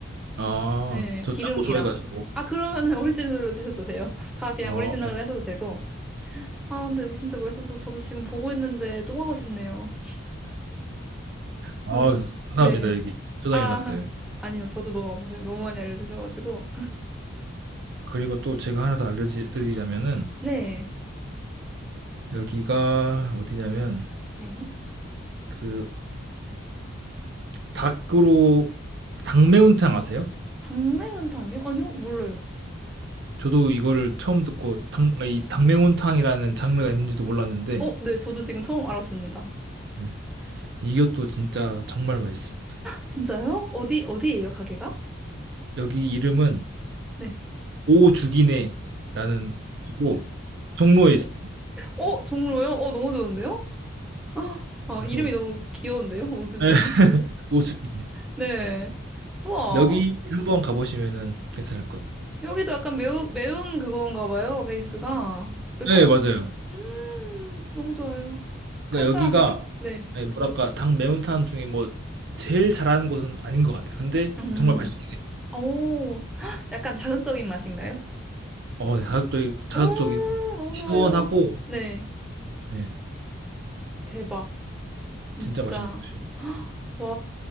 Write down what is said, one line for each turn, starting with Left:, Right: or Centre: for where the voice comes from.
Right: 아
Centre: 네,
Right: 저
Centre: 기름기랑.
Right: 짠 거 좋아해 가지고.
Centre: 아, 그러면은 <laughs> 오리지널로 드셔도 돼요. <laughs> 다 그냥
Right: 아
Centre: 오리지널로
Right: 예.
Centre: 하셔도 되고. 아, 근데 여기 진짜 맛있어서 저도 지금 보고 있는데 또 가고 싶네요.
Right: 아
Centre: 음,
Right: 감사합니다
Centre: 네.
Right: 여기 저장해
Centre: 아,
Right: 놨어요.
Centre: <laughs> 아니요. 저도 너무 감사해요. 너무 많이 알려주셔가지고.
Right: 그리고 또 제가 하나 더 알려 지 드리자면은
Centre: 네.
Right: 여기가 어디냐면
Centre: 네.
Right: 그 닭으로 닭매운탕 아세요?
Centre: 당매운탕이요? 아니요, 몰라요.
Right: 저도 이거를 처음 듣고 당, 이 닭매운탕이라는 장르가 있는지도 몰랐는데
Centre: 어, 네, 저도 지금 처음 알았습니다.
Right: 네. 이것도 진짜 정말 맛있습니다.
Centre: 진짜요? 어디, 어디예요, 가게가?
Right: 여기 이름은
Centre: 네.
Right: 오죽이네라는 곳이고 종로에 있어요.
Centre: 어, 종로요? 어, 너무 좋은데요? <gasps> 헉, 어,
Right: 그래서
Centre: 이름이 너무 귀여운데요? <laughs> 오죽이네.
Right: 네, <laughs> 오죽이네.
Centre: 네. 우와.
Right: 여기 한번 가보시면은 괜찮을 거예요.
Centre: 여기도 약간 매우, 매운 그건가 봐요, 베이스가. 매콤?
Right: 네 맞아요.
Centre: 음, 너무 좋아요.
Right: 그러니까
Centre: 칼칼한
Right: 여기가
Centre: 맛. 네.
Right: 네, 뭐랄까 닭매운탕 중에 뭐 제일 잘하는 곳은 아닌 것 같아요. 근데
Centre: 음,
Right: 정말 맛있게
Centre: 오, <gasps> 헉, 약간 자극적인 맛인가요?
Right: 어 자극적이고 자극적이고
Centre: 오, 너무
Right: 시원하고
Centre: 좋아요. 네.
Right: 네,
Centre: 대박. 진짜.
Right: 진짜 맛있는 곳이에요.
Centre: <gasps> 와,